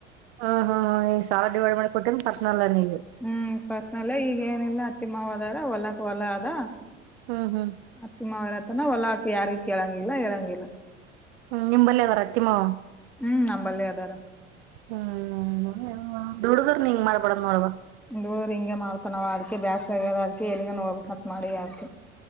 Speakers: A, on the right; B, in the centre.
A: ಹಾ ಹಾ ಹ ಈ ಸಾವ ಡಿವೈಡ್ ಮಾಡಿ ಕೊಟ್ಟನ್ ಪರ್ಸನಲ್ ನೀವಿ
B: ಹ್ಮ್ ಪರ್ಸ್ನಲ್ ಈಗ ಏನಿಲ್ಲ ಅತ್ತಿ ಮಾವ ಅದಾರ ಹೊಲಕ್ ಹೊಲ ಅದ
A: ಹ್ಮ್ ಹ್ಮ್
B: ಅತ್ತಮ ವರತನ ಒಲಾ ಯಾರಕ್ಕೆ ಇಳಂಗಿಿಲ್ಲ ಇಳಂಗಿಿಲ್ಲ
A: ಹ್ಮ ನಿಂಬಲ್ಲಿ ಅದಾರತ್ತಿಮ್ಮ
B: ಹ್ಮ್ ನಂಬಲ್ಲಿ ಅದಾರ
A: ಹ್ಮ್ ದುಡುದ್ರ ನೀಂಗ ಮಾಡ್ಬಡದ್ ನೋಡವಾ
B: ಧಳ್ ಹಿಂಗೆ ಮಾಡ್ತಾನವ್ ಅದ್ಕ ಬ್ಯಾಸ ಆಗ್ಯದ ಅದಕ ಎಳಗನ್ ಹೋಗ್ಬೇಕಕ್ತ್ ಮಾಡಿ ಅ್ಕ